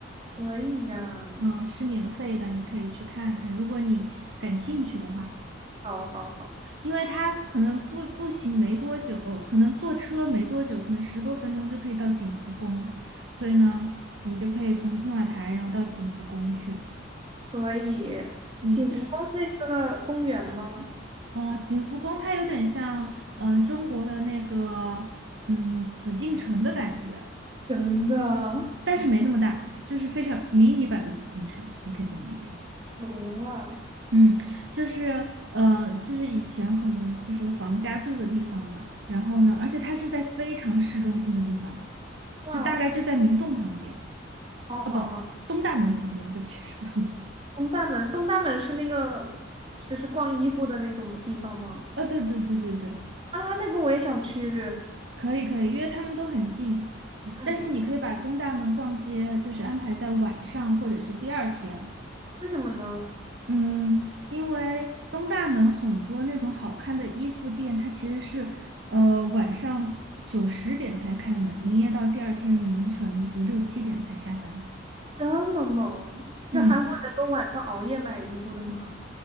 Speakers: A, on the right; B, on the right.
A: 可以呀，
B: 嗯，是免费的，你可以去看看，如果你感兴趣的话。
A: 好好好，
B: 因为它可能步步行没多久，可能坐车没多久，可能十多分钟就可以到景福宫，所以呢，你就可以从青瓦台然后到景福宫去。
A: 可以。
B: 嗯，
A: 景福宫是一个公园吗？
B: 呃，景福宫它有点像，嗯，中国的那个，嗯，紫禁城的感觉，
A: 真的？
B: 但是没那么大，就是非常迷你版的紫禁城，你可以这么理解。
A: 有啊，
B: 嗯，就是呃，就是以前可能就是皇家住的地方嘛，然后呢，而且它是在非常市中心的地方，
A: 哇哦，
B: 就大概就在明洞旁边，
A: 好好好。
B: 啊不，东大门旁边，对不起，<laughs> 说错了，
A: 东大门，东大门是那个就是逛衣服的那个地方吗？
B: 啊对对对对对，
A: 啊，那个我也想去，
B: 可以可以，因为他们都很近，
A: 嗯，
B: 但是你可以把东大门逛街就是安排在晚上或者是第二天，
A: 为什么呢？
B: 嗯，因为东大门很多那种好看的衣服店，它其实是呃晚上九十点才开门，营业到第二天凌晨，比如六七点才下班。
A: 这么猛，那韩国人都晚上熬夜买衣服的吗？
B: 嗯，